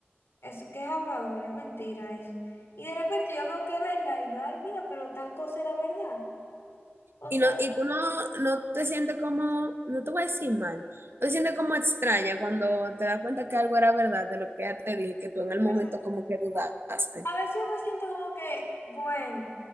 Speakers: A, on the left; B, on the right.
A: Eso que es hablador, es mentira eso. Y de repente yo veo que es verdad y yo, ay, mira, pero tal cosa era verdad. O
B: Y,
A: sea,
B: no, y tú no, no te sientes como, no te voy a decir mal, no te sientes como extraña cuando te das cuenta que algo era verdad de lo que ella te dijo y que tú en el momento
A: pues,
B: como que dudaste.
A: a veces yo me siento como que, bueno,